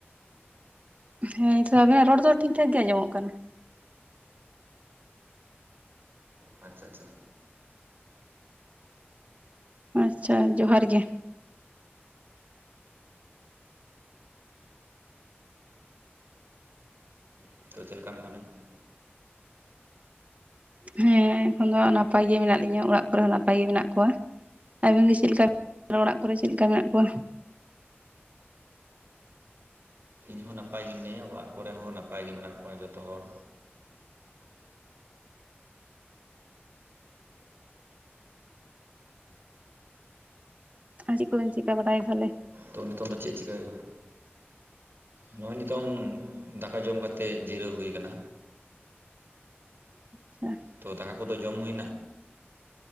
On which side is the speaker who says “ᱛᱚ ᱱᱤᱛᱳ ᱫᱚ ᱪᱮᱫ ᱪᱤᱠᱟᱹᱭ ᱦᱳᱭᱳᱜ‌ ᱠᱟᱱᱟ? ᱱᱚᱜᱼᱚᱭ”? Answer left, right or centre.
Right